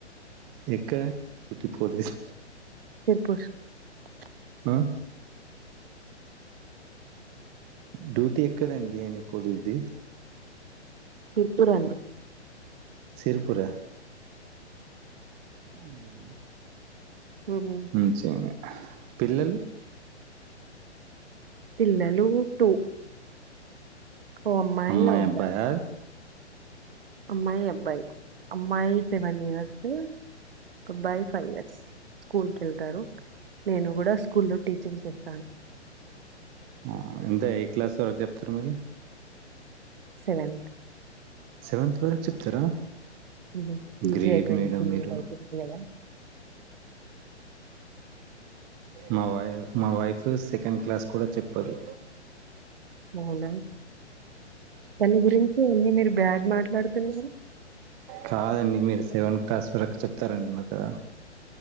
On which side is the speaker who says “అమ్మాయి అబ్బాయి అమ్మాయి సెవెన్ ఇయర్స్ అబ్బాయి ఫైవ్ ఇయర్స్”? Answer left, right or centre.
Right